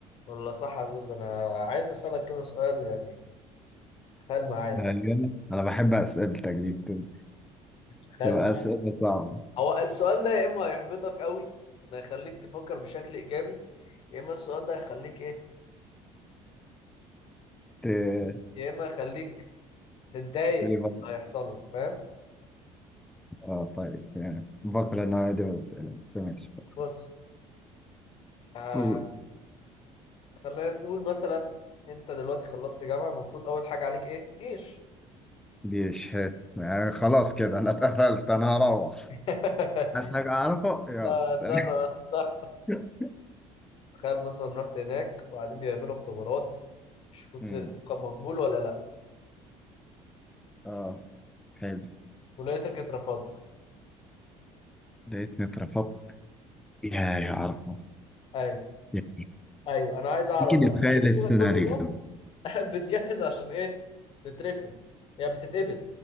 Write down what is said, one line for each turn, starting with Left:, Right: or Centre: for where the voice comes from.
Left: والله صح يا زوز انا عايز اسالك كده سؤال يعني تخيل معايا
Centre: ايوه
Left: يعني
Centre: انا بحب اسئلتك دي بت-
Left: تخيل
Centre: بتبقى
Left: معايا.
Centre: اسئله صعبه
Left: هو السؤال ده يا اما هيحبطك قوي ده يخليك تفكر بشكل ايجابي يا اما السؤال ده هيخليك ايه
Centre: ت-
Left: يا اما يخليك تتضايق
Centre: بيبقى-
Left: هيحصل لك فاهم
Centre: اه طيب يعني بكره انا عادي بالاسئله بس ماشي خلاص
Left: بص آه
Centre: قول.
Left: خلينا نقول مثلا انت دلوقتي خلصت جامعه المفروض اول حاجه عليك ايه جيش
Centre: ليش هيك يعني خلاص كده انا اتقفلت انا هروح
Left: <laughs>
Centre: عايز حاجه اعرفه يلا
Left: لا استنى
Centre: سلام.
Left: بس استنى.
Centre: <laughs>
Left: تخيل مثلا رحت هناك وبعدين بيعملوا اختبارات يشوفوا ت-
Centre: أمم،
Left: تبقى مقبول ولا لا
Centre: اه حلو
Left: ولقيتك اترفضت
Centre: لقيتني اترفضت يا يا عرفه
Left: ايوه
Centre: يا-
Left: ايوه انا عايز اعرف
Centre: يمكن
Left: بقى
Centre: نتخيل
Left: انت كده
Centre: السيناريو
Left: كده كل ده <laughs> بتجهز عشان ايه تترفض يعني بتتقبل